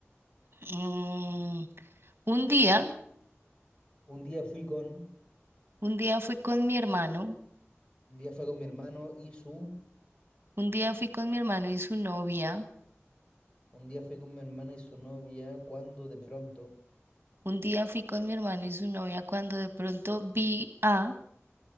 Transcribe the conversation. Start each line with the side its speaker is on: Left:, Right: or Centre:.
Right: mm, Un día,
Left: Un día fui con,
Right: un día fui con mi hermano,
Left: un día fue con mi hermano y su,
Right: un día fui con mi hermano y su novia,
Left: un día fui con mi hermana y su novia cuando de pronto,
Right: un día fui con mi hermano y su novia cuando de pronto vi a,